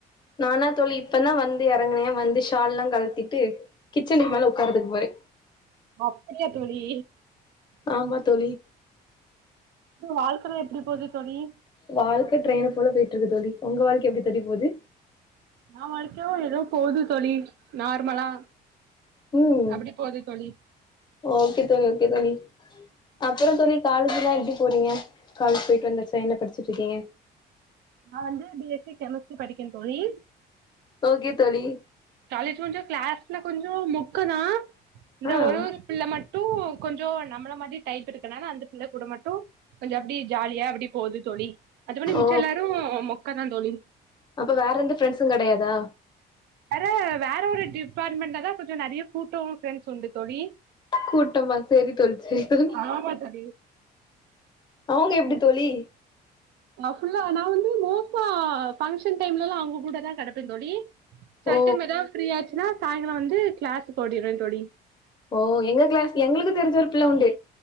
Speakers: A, on the left; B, on the right.
A: நானா தோழி இப்பதா வந்து எறங்குனே வந்து ஷால் எல்லா கலட்டிட்டு கிச்சன் மேல உக்காறதுக்கு போறே
B: அப்டியா தோழி
A: ஆமா தோழி
B: வாழ்க்கலா எப்டி போது தோழி
A: வாழ்க்க ட்ரெய்னு போல போயிட்டு இருக்கு தோழி உங்க வாழ்க்க எப்டி தோழி போது
B: இன்னா வாழ்க்கையோ ஏதோ போது தோழி நார்மலா
A: ம்
B: அப்டி போது தோழி
A: ஓகே தோழி ஓகே தோழி அப்பறோ தோழி காலேஜ் எல்லா எப்டி போறீங்க, காலேஜ் போயிட்டு வந்தாச்சா, என்ன படிச்சுட்டு இருக்கீங்க
B: நா வந்து பி எஸ் சி கெமிஸ்ட்ரி படிக்கிறே தோழி,
A: ஓகே தோழி
B: காலேஜ் கொஞ்சோ கிளாஸ்ல கொஞ்சோ மொக்கதா இந்த
A: ஆ
B: ஒரு ஒரு பிள்ள மட் டு கொஞ்சோ நம்மள மாரி டைப் இருக்கனால அந்த பிள்ள கூட மட்டு கொஞ்சோ அப்டி ஜாலியா அப்டி போகுது தோழி மத்தபடி
A: ஓ
B: மிச்ச எல்லா மொக்கதா தோழி
A: அப்ப வேற எந்த ஃப்ரெண்ட்ஸும் கெடையாதா
B: வேற வேற ஒரு டிபார்ட்மெண்ட்லதா கொஞ்சோ நெறைய கூட்டோ ஃப்ரெண்ட்ஸ் உண்டு தோழி
A: கூட்டமா சேரி தோழி, சேரி தோழி,
B: ஆமா தோழி
A: அவங்க எப்டி தோழி
B: நா ஃபுல்ல நா வந்து மோஸ்டா ஃபங்க்ஷன் டைம்லலா அவங்கக்கூடதா கெடப்பே தோழி சில
A: ஓ
B: டைம் ஏதாவது ஃப்ரீயா ஆச்சுன்னா சாயங்காலோ வந்து கிளாஸ்க்கு ஓடிருவே தோழி
A: ஓ எங்க கிளாஸ் எங்களுக்கு தெரிஞ்ச ஒரு பிள்ள உண்டு